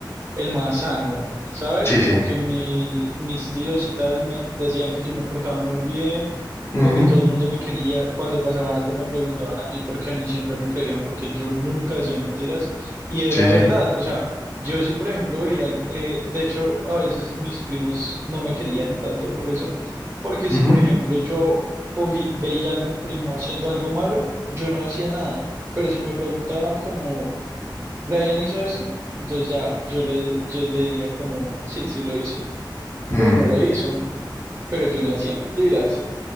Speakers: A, on the right; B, on the left.
A: el más sano, ¿sabes?
B: Sí,
A: Como
B: sí.
A: que mi, mis tíos y tal me decían que yo me portaba muy bien,
B: Ujú,
A: como que todo el mundo me quería, cuando pasaba algo me preguntaban a mí porque a mí siempre me creían porque yo nunca decía mentiras y era
B: Sí, sí.
A: verdad, o sea, yo sí, por ejemplo, veía, al- eh, de hecho, a veces mis primos no me querían tanto por eso, porque
B: Ujú,
A: si, por ejemplo, yo cogí, veía a algún primo haciendo algo malo, yo no decía nada, pero si me preguntaban como Brian hizo esto, entonces ya yo le, yo le diría como, sí, sí lo hizo,
B: mm,
A: o no lo hizo, pero yo no decía mentiras.